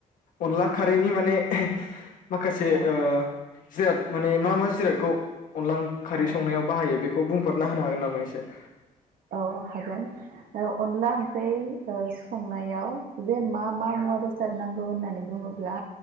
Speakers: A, on the left; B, on the right.
A: अनला खारैनि माने माखासे
B: औ
A: ओ जिराद माने मा मा जिरादखौ अनदला खारै
B: औ
A: संनायाव बाहायो बे खौ बुंफोरना होनो हागोन नामा एसे
B: अ हागोन। ओ अनला ओंख्रै ओ संनायाव जे मा-मा मुवा बे सारनांगौ होननानै बुङोब्ला